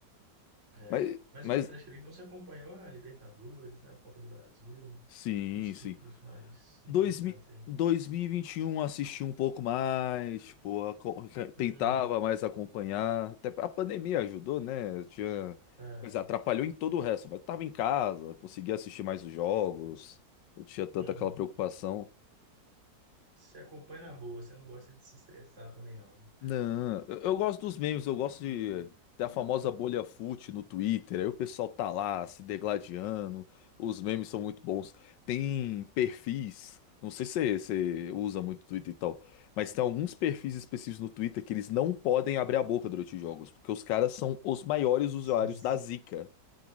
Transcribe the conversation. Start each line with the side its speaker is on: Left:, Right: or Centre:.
Right: É.
Left: Mas,
Right: Mas
Left: mas
Right: o Atlético ele não se acompanhou a Libertadores, a Copa do Brasil,
Left: Sim,
Right: os títulos
Left: sim.
Right: mais importantes
Left: Dois, mi-
Right: aí.
Left: 2021 assisti um pouco mais, tipo, aco-
Right: Hum,
Left: tentava mais acompanhar. Até a pandemia ajudou, né? Eu Tinha,
Right: ah,
Left: quer dizer, atrapalhou em todo o resto, mas tava em casa, conseguia assistir mais os jogos, não tinha tanta
Right: uhum.
Left: aquela preocupação.
Right: Você acompanha na boa, você não gosta de se estressar também não, né?
Left: Não, eu, eu gosto dos memes, eu gosto de, da famosa bolha fut no Twitter. Aí o pessoal tá lá se degladiando. Os memes são muito bons. Tem perfis, não sei se você usa muito Twitter e tal, mas tem alguns perfis específicos no Twitter que eles não podem abrir a boca durante os jogos, porque os caras são os maiores usuários
Right: São os
Left: da zica